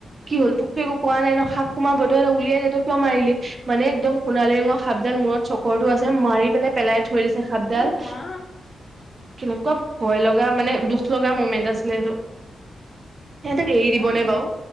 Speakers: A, on the right; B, on the left.
A: কি হ'ল, তোকতো একো কোৱা নাই, ন সাপ- সোমাবয়ে, তই আৰু উলিয়াই দে, তই কিয় মাৰিলি? মানে একদম সোণালী ৰঙৰ সাপডাল, মূৰত চকৰটো আছে, মাৰি পেলাই পেলাই থৈ দিছে সাপডাল।
B: অ', মা
A: কেনেকুৱা ভয় লগা, মানে দুখ লগা মমেন্ট আছিলে এইটো। সেহেতেক এৰি
B: বেয়া
A: দিবনে,
B: কৰিছে,
A: বাওঁ?